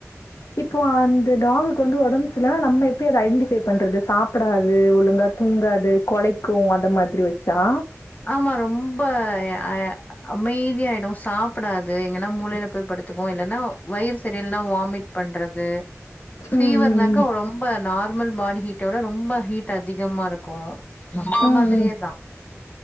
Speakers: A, on the left; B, on the left.
A: இப்போ அந்த டாகுக்கு வந்து ஒடம்பு சர்லனா நம்ம எப்டி அத ஐடென்டிஃபை பண்றது சாப்படாது ஒழுங்கா தூங்காது கொழைக்கு அந்த மாதிரி வச்சா
B: ஆமா ரொம்ப அ அமைதியாயிடு சாப்டாது எங்கன்னா மூளைல போய் படுத்துக்கு இல்லன்னா வயிறு சரி இல்லனா வாமிட் பண்றது ஃபீவர்னாக்கா
A: ம், ம், ம்.
B: ரொம்ப நார்மல் பாடி ஹீட்டோட ரொம்ப ஹீட் அதிகமா இருக்கு நம்மல
A: ம்,
B: மாதிரியேதா
A: ம்.